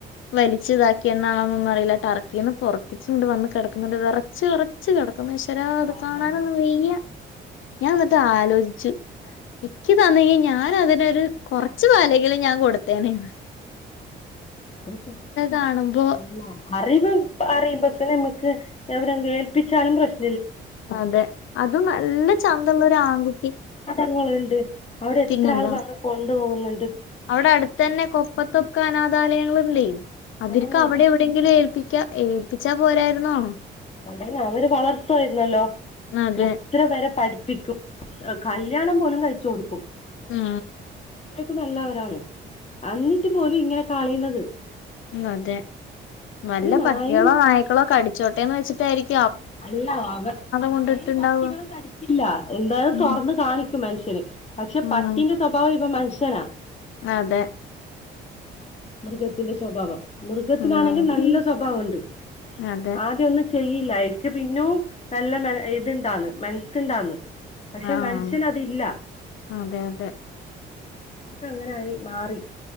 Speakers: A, on the left; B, on the left.
A: വലിച്ച് ഇതാക്കിന്നാണോ ഒന്നും അറിയില്ല ടർക്കീന്ന് പുറത്ത് <unintelligible> വന്ന് കിടക്കുന്നത് വിറച്ച് വിറച്ച് കിട അപ്പ ഈശ്വരാ
B: ആഹ്
A: അത് കാണാനൊന്നും വയ്യ ഞാൻ വെറുതേ ആലോചി <unintelligible> നിക്ക് തന്നെങ്കി ഞാൻ അതിനൊരു കൊറച്ചു പാലെങ്കിലും ഞാൻ കൊടുത്തേനേ
B: ഒരു
A: കാണുമ്പോ
B: അല്ല അറിവ് അ <unintelligible> എവിടെങ്കിലും ഏൽപ്പിച്ചാലും പ്രശ്
A: അതെ അതും നല്ല ചന്തൊള്ളൊരു ആൺകുട്ടി
B: ങ്ങളുണ്ട് അവിടെ എത്ര
A: പിന്നെന്താ
B: ആൾ വന്ന് കൊണ് പോവുന്നുണ്ട്
A: അവിടെ അടുത്തന്നെ കൊ തൊക്കെ അനാഥാലയങ്ങളിണ്ടേ അതിർക്ക്
B: ആഹ്
A: അവിടെ എവിടെയെങ്കിലും ഏൽപ്പി <unintelligible> ഏൽപ്പിച്ചാ പോരായിരുന്നോ
B: അതെന്നെ അവര് വളർത്തുവായിരുന്നല്ലോ
A: അതെ
B: എത്ര പേരെ പഠിപ്പിക്കും കല്ല്യാണം പോലും കഴിച്ച് കൊടുക്കും
A: ഉംഹ്
B: ത്രക്കും നല്ലവരാണ് അന്നിട്ട് പോലും ഇങ്ങനെ കളിണത്
A: ഉംഹ് അതെ നല്ല
B: നായയും
A: പട്ടികളോ നായ്ക്കളോ കടിച്ചോ ട്ടേന്ന് വെച്ചിട്ടായിരിക്
B: അല്ല അവ നായും
A: കൊണ്ടിട്ടുണ്ടാവ
B: പട്ടികളും കടിക്കില്ല എന്തായും
A: ഉം
B: തൊറന്ന് കാണിക്കും മനുഷ്യര് പക്ഷെ
A: ഉം
B: പട്ടിന്റെ സ്വഭാവം ഇപ്പൊ മനുഷ്യനാ
A: അതെ
B: മൃഗത്തിന്റെ സ്വഭാവം മൃഗത്തിനാണെങ്കിൽ
A: ഉം
B: നല്ല സ്വഭാവം ഇണ്ട്
A: അതെ
B: ആദ്യന്നും ചെയ്യില്ലായി നോ നല്ല മ ഇത്ണ്ടാണ് മൻ ചിന്താന്ന് പക്ഷെ
A: ആഹ്
B: മനുഷ്യനതില്ല
A: അതെ അതെ
B: ഒക്കെ അങ്ങനെ ആയിമാറി